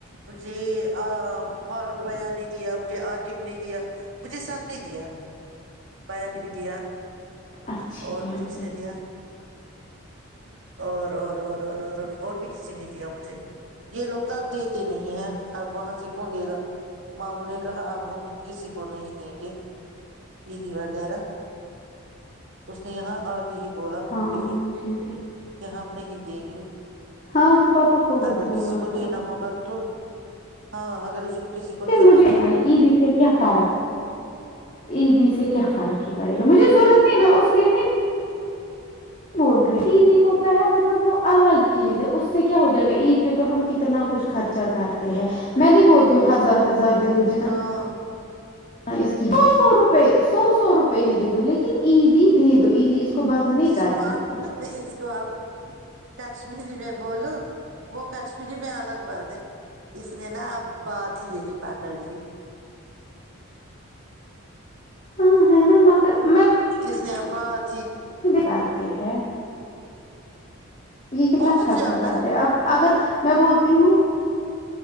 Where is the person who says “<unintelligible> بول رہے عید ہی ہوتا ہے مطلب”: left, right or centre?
Left